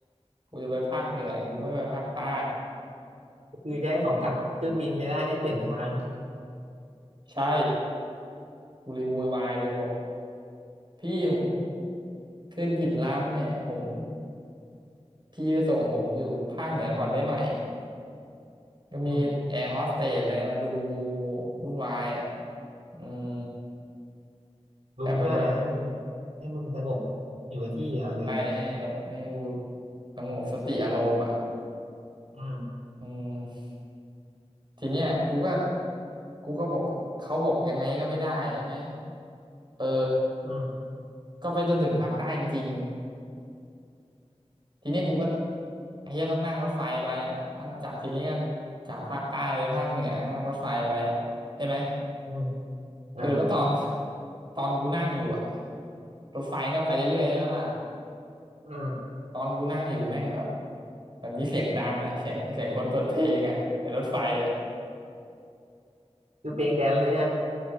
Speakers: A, on the right; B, on the right.
A: กูจะไปภาคเหนือกูไม่ไปภาคใต้
B: คือจะให้เขากลับเครื่องบินไม่ได้ให้เปลี่ยนทาง
A: ใช่กูเลยโวยวายเลยบอกพี่ผมขึ้นผิดลำเนี่ยผมพี่ไปส่งผมอยู่ภาคเหนือก่อนได้ไหมก็มีแอร์โฮสเตสอะไรมารุมกู
B: อืม
A: วุ่นวายอ่ะอืมแต่ไปไป
B: รุมเพื่ออะไรให้มึงให้มึงสงบอยู่กับที่อ่ะหรือไง
A: ไล่ให้แบบให้กูสงบสติอารมณ์อ่ะ
B: อืม
A: อืมทีเนี้ยกูก็กูก็บอกเขาบอกยังไงก็ไม่ได้ใช่ไหมเออ
B: อืม
A: ก็ไปจนถึงภาคใต้จริง ทีนี้กูก็ไอ้เหี้ยต้องนั่งรถไฟไปอ่ะจากทีนี้ก็จากภาคใต้ไปภาคเหนือนั่งรถไฟไปอ่ะใช่ไหม
B: อืมอ่า
A: เออแล้วตอน <laughs> ตอนกูนั่งอยู่อ่ะรถไฟก็ไปเรื่อยๆใช่ไหมล่ะ
B: อืม
A: ตอนกูนั่งอยู่แม่งแบบมันมีเสียงดังอ่ะเสียงเสียงคนเปิดเพลงอ่ะในรถไฟอ่ะ
B: คือเบงแดนเลยนะ